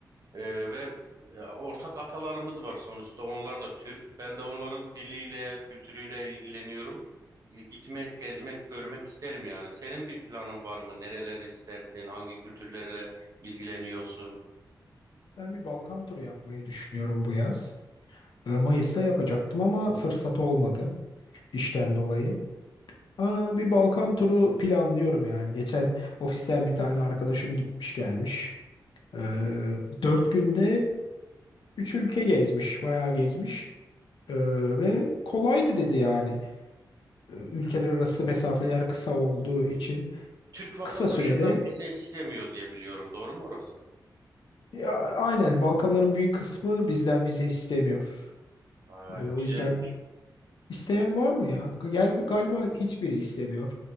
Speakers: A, on the right; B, on the left.
A: Ee, ve e, ortak atalarımız var sonuçta onlar da Türk. Ben de onların diliyle, kültürüyle ilgileniyorum. E, gitmek, gezmek, görmek isterim yani. Senin bir planın var mı? Nereler istersin? Hangi kültürlerle ilgileniyorsun?
B: ben bir Balkan turu yapmayı düşünüyorum bu yaz. Ee, Mayıs'ta yapacaktım ama fırsat olmadı işten dolayı. Aa, bir Balkan turu planlıyorum yani. Geçen ofisten bir tane arkadaşım gitmiş gelmiş. Ee, dört günde üç ülke gezmiş, bayağı gezmiş. Ee, ve kolaydı dedi yani. Ee, Ülkeler arası mesafeler kısa olduğu için.
A: Türk vatandaşından
B: Kısa sürede
A: vize istemiyor diye biliyorum. Doğru mu orası?
B: ya, aynen Balkanların büyük kısmı bizden vize istemiyor.
A: Aa,
B: Ee, o
A: güzelmiş.
B: yüzden isteyen var mı ya? Gel, galiba hiçbiri istemiyor.